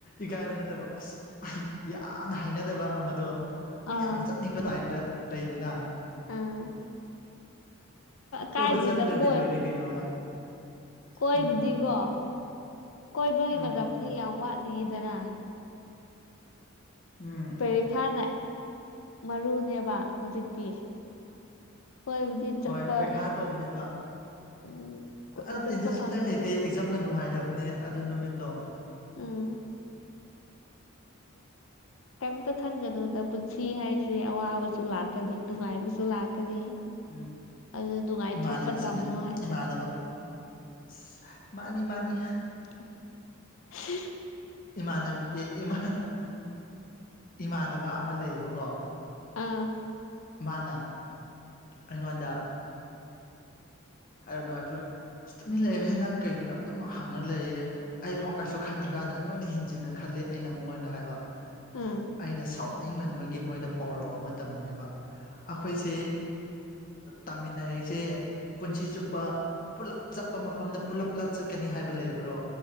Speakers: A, on the left; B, on the left.
A: ꯏꯀꯥꯏꯕ ꯅꯠꯇꯕ ꯑꯁ ꯌꯥꯝꯅ ꯍꯩꯅꯗꯕ ꯑꯃꯗꯣ ꯃꯤ
B: ꯑꯥ
A: ꯌꯥꯝ ꯆꯠꯅꯤꯡꯕ ꯇꯥꯏꯞꯇ ꯂꯩꯗꯅ
B: ꯎꯝ
A: ꯀꯣꯏꯕ
B: ꯀꯥꯏꯗꯦꯗ
A: ꯆꯠꯂꯗꯤ
B: ꯀꯣꯏ
A: ꯂꯣꯏꯔꯦ ꯀꯩꯅꯣ
B: ꯀꯣꯏꯕꯨꯗꯤꯀꯣ
A: ꯎꯝ
B: ꯀꯣꯏꯕꯒꯤ
A: ꯎꯝ
B: ꯃꯇꯝꯅꯤꯅꯤ ꯌꯥꯝ ꯋꯥꯠꯂꯤꯗꯅ
A: ꯎꯝ
B: ꯄꯦꯔꯤꯈꯥꯅ ꯃꯔꯨꯅꯦꯕ ꯍꯧꯖꯤꯛꯇꯤ ꯀꯣꯏꯕꯨꯗꯤ ꯆꯠꯄ
A: ꯍꯣꯏ ꯄꯔꯤꯈꯥ ꯇꯧꯕꯅꯦꯕ
B: ꯎꯝ
A: ꯑꯗꯣ
B: ꯆꯠꯄ
A: ꯇꯦꯟꯁꯟ ꯁꯨꯂꯩ
B: ꯐꯪꯒꯅꯤꯗ
A: ꯂꯩꯇꯦ ꯑꯦꯖꯝꯒ ꯅꯨꯡꯉꯥꯏꯇꯕꯅꯦ ꯑꯗꯨ ꯅꯨꯃꯤꯠꯇꯣ
B: ꯎꯝ ꯀꯔꯤꯝꯇ ꯈꯟꯒꯅꯨꯗ ꯄꯨꯟꯁꯤ ꯍꯥꯏꯁꯦ ꯑꯋꯥꯕꯁꯨ ꯂꯥꯛꯀꯅꯤ ꯅꯨꯡꯉꯥꯏꯕꯁꯨ ꯂꯥꯛꯀꯅꯤ
A: ꯎꯝ
B: ꯑꯗꯨ ꯅꯨꯡꯉꯥꯏꯊꯣꯛꯄ
A: ꯏꯃꯥꯟꯅꯕꯁꯤꯡꯅ
B: ꯇꯝꯃꯣ ꯍꯥꯏꯁꯦ
A: ꯏꯃꯥꯟꯅꯕ ꯑꯁ ꯃꯥꯅꯤ ꯃꯥꯅꯤ
B: <unintelligible>
A: ꯏꯃꯥꯟ ꯢꯃꯥꯟꯟ ꯏꯃꯥꯟꯅꯕ ꯑꯃ ꯂꯩꯌꯦꯕꯀꯣ
B: ꯑꯥ
A: ꯃꯥꯅ ꯑꯩꯉꯣꯟꯗ <inaudible> ꯇꯨꯃꯤꯟꯅ ꯂꯩ ꯍꯣꯏ ꯅꯪ ꯀꯩꯒꯤꯅꯣ ꯑꯗꯨꯝ ꯍꯪꯒ ꯂꯩꯌꯦ ꯑꯩꯐꯥꯎ ꯀꯥꯏꯁꯨ ꯈꯟꯗ꯭ꯔꯀꯥꯟꯁꯤꯗ ꯅꯣꯏꯅ ꯍꯦꯟꯖꯤꯟꯅ ꯈꯜꯂꯤ ꯑꯩꯅ ꯃꯉꯣꯟꯗ ꯍꯥꯏꯕ
B: ꯎꯝ
A: ꯑꯩꯅ ꯁꯥꯎꯅꯤꯡꯃꯟꯕꯒꯤ ꯃꯣꯏꯗ ꯄꯥꯎꯔꯧ ꯑꯃ ꯇꯝꯅꯦꯕ ꯑꯩꯈꯣꯏꯁꯦ ꯇꯥꯃꯤꯟꯅꯔꯤꯁꯦ ꯄꯨꯟꯁꯤ ꯆꯨꯞꯄ ꯄꯨꯜꯂꯞ ꯆꯠꯄ ꯃꯐꯝꯗ ꯄꯨꯂꯞ ꯄꯨꯂꯞ ꯆꯠꯀꯅꯤ ꯍꯥꯏꯕ ꯂꯩꯕ꯭ꯔꯣ